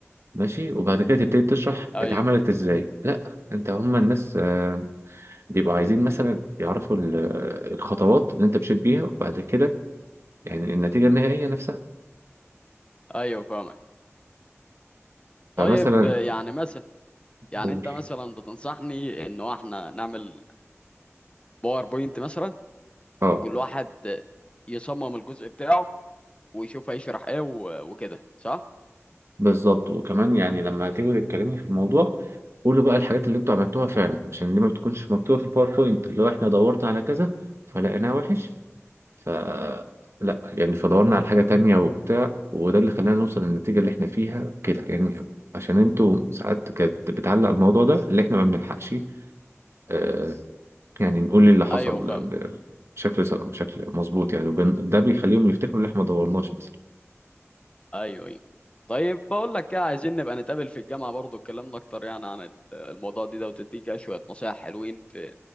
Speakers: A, on the right; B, on the left.
A: ماشي وبعد كده تبتدي تشرح
B: ايوه
A: اتعملت ازاي لا انت هما الناس آه، بيبقوا عايزين مثلا يعرفوا ال- آه، الخطوات اللي انت مشيت بيها وبعد كده يعني النتيجه النهائيه نفسها
B: ايوه فاهمك طيب
A: فمثلا
B: يعني مثلا يعني
A: قول
B: انت مثلا بتنصحني انه احنا نعمل باوربوينت مثلا
A: اه
B: وكل واحد يصمم الجزء بتاعه ويشوف هيشرح ايه و- وكده صح؟
A: بالظبط وكمان يعني لما تيجوا تتكلموا في الموضوع قولوا بقى الحاجات اللي انتوا عملتوها فعلا عشان دي ما بتكونش مكتوبة في الباوربوينت لو احنا دورنا على كذا فلقيناه وحش ف لا يعني فدورنا على حاجة تانية وبتاع وده اللي خلانا نوصل للنتيجة اللي احنا فيها كده يعني عشان انتوا ساعات كانت بتعلق الموضوع ده اللي احنا ما بنلحقش آه يعني نقول إيه اللي حصل
B: ايوه فاهم
A: ب- بشكل بشكل مظبوط يعني وبن- ده بيخليهم يفتكروا اللي احنا ما دورناش مثلا
B: ايوه ايوه طيب بقول لك ايه عايزين نبقى نتقابل في الجامعه برضو اتكلمنا اكتر يعني عن ال- الموضوع دي ده وتديك كده شويه نصايح حلوين في